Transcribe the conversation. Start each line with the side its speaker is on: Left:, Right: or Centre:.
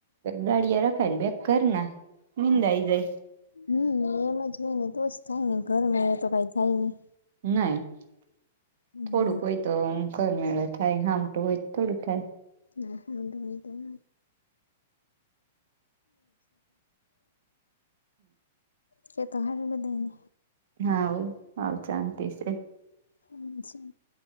Right: દાળિયા રખાય ને બે કર ના નિંદાઈ જાય.
Left: હમ એમ જ હોય ને તો જ થાય ને ઘર મેળે તો કઈ થાય નહી.
Right: નાહી
Left: હમ
Right: થોડુંક હોય, તો ઘર મેળ થાય હામટું હોય તો થોડુંક થાય.
Left: હાડુંણી તો બ છે તો શતો ખ બ દને
Right: હા હ શાંતિ છે.
Left: હમ છે.